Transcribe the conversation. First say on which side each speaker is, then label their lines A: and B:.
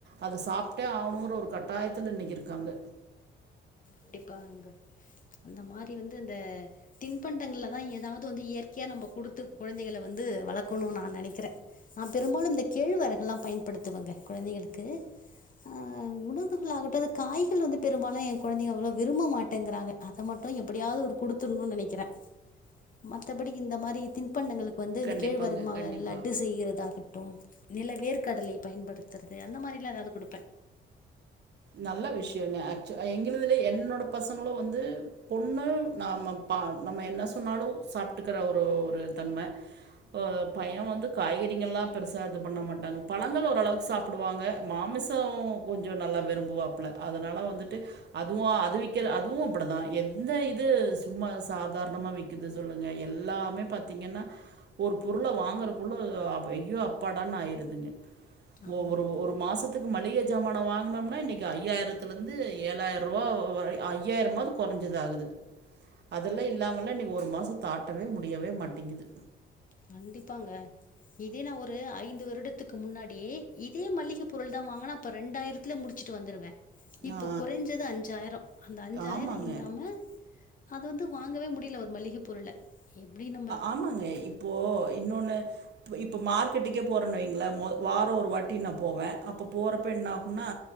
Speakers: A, on the right; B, on the left.
A: அத சாப்ட்டே ஆணுங்குற ஒரு கட்டாயத்துல இன்னைக்கு இருக்காங்க
B: கண்டிப்பாங்க அந்த மாரி வந்து இந்த தின்பண்டங்கள்லதா எதாவது வந்து இயற்கையா நம்ப குடுத்து கொழந்தைகள வந்து வளக்கணு நா நெனைக்கிறே நா பெரும்பாலு இந்த கேழ்வரகுலா பயன்படுத்துவங்க கொழந்தைங்களுக்கு ஆ உணவுகள் ஆகட்டு அந்த காய்கள் வந்து பெரும்பாலு கொழந்தைங்க அவ்ளோ விரும்ப மாட்டேங்குறாங்க அத மட்டு எப்டியாது ஒரு குடுத்துட்னு நெனைக்குறே மத்த படி இந்த மாரி தின்பண்டங்களுக்கு வந்து இந்த
A: கண்டிப்பாங்க
B: கேழ்வரகு மாவுல
A: கண்டிப்பாக
B: லட்டு செய்றதாகட்டு நில வேர்க்கடலை பயன்படுத்துறது அந்த மாரிலா எதாது குடுப்பே
A: நல்ல விஷயங்க ஆக்சு ஆ எங்குளுதுல என்னோட பசங்களு வந்து பொண்ணு நாம பா நம்ம என்ன சொன்னாலு சாப்ட்டுக்குற ஒரு ஒரு தன்ம இப்ப பைய வந்து காய்கறிகள்லா பெருசா இது பண்ண மாட்டாங்க பழங்கள் ஓரளவுக்கு சாப் ப்டுவாங்க மாமிசோ கொஞ்சோ நல்லா விரும்புவாப்பல அதனால வந்துட்டு அதுவா அது விக்கிற அதுவு அப்டிதா எந்த இது சும்மா சாதாரணமா விக் கிது சொல்லுங்க எல்லாமே பாத்தீங்கன்னா ஒரு பொருள வாங்குறக்குள்ள ஐயோ அப்பாடான்னு ஆயிருதுங்க
B: ஆமா
A: ஒரு ஒரு மாசத்துக்கு மல்லிக ஜாமான வாங்னோம்னா இன்னைக்கு ஐயாயிரத்துலருந்து ஏழாயிர்ருவா வ அ ஐயாயிரமாது குறைஞ்சது ஆகுது அதெல்லா இல்லாமலே இன்னைக்கு ஒரு மாசோ தாண்டவே முடியவே மாட்டிகிது
B: கண்டிப்பாங்க இதே நா ஒரு ஐந்து வருடத்துக்கு முன்னாடி இதே மள்ளிக பொருள் தா வாங்குனா அப்ப ரெண்டாயிரத்துல முடிச்சுட்டு வந்துடுவே இப்ப
A: ஆ
B: குறைஞ்சது அஞ்சாயிரோ அந்த அஞ்சாயிரோ
A: ஆமாங்க
B: இல்லாம அது வந்து வாங்கவே முடில ஒரு மல்லிக பொருள எப்டி நம்ப
A: ஆமாங்க இப்போ இன்னொன்னு இப்ப இப்ப மார்க்கெட்டுக்கே போறன் வைங்களே வாரோ ஒரு வாட்டி நா போவே அப்ப போறப்ப என்ன ஆகுனா